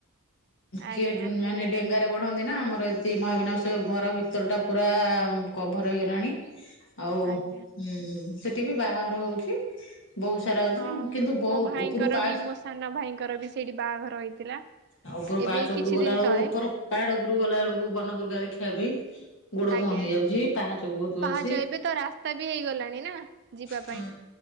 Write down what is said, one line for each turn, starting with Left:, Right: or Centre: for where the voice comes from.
Right: ଆଜ୍ଞା
Left: କେ ମାନେ ଡେଙ୍ଗା ଗଟେ ବଢ଼ନ୍ତି ନା ଆମର ଏମନ୍ତି ମହାବିନାୟକ ସେ ଘର ଭିତର ଟା ପୁରା କଭର ହେଇଗଲାଣି। ଆଉ
Right: ଆଜ୍ଞା
Left: ହୁ ସେଠି ବି ବାହାଘର ହଉଛି। ବହୁତ ସାରା ହଉଛି
Right: ହଁ
Left: କିନ୍ତୁ ବହୁ
Right: ମୋ ଭାଇଙ୍କର
Left: ଉପରୁ ପାହାଚ
Right: ବି ମୋ ସାନ ଭାଇଙ୍କର ବି ସେଇଠି ବାହାଘର ହେଇଥିଲା।
Left: ଆଉ ଉପରୁ
Right: ଏବେ
Left: ପାହାଚ
Right: କିଛି
Left: ଉପରୁ ଗଲା
Right: ଦିନ
Left: ବେଳକୁ
Right: ତଳେ
Left: ଉପର ପାହାଡ ଉପରୁ ଗଲା ବେଳକୁ ବନ ଦୁର୍ଗା ଦେଖିବା ପାଇଁ ଗୋଡ
Right: ଆଜ୍ଞା
Left: କଣ ହେଇଯାଉଛି। ପାହାଚ ବହୁତ
Right: ପାହାଚ
Left: ଅଛି
Right: ଏବେ ତ ରାସ୍ତା ବି ହେଇଗଲାଣି ନା ଯିବା
Left: ହୁଁ
Right: ପାଇଁ